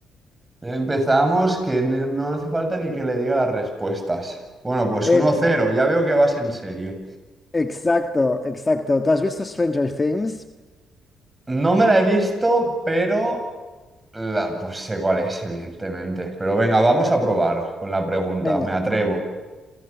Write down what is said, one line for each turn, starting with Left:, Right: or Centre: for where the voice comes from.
Right: Ya empezamos que ni- no hace falta ni que le diga las respuestas. Bueno, pues
Left: Efectivamente.
Right: uno cero. ya veo que vas en serio.
Left: Exacto, exacto. ¿Tú has visto Stranger Things?
Right: No me la he visto, pero la, pues sé cuál es, evidentemente. Pero venga, vamos a probar con la pregunta,
Left: Venga.
Right: me atrevo.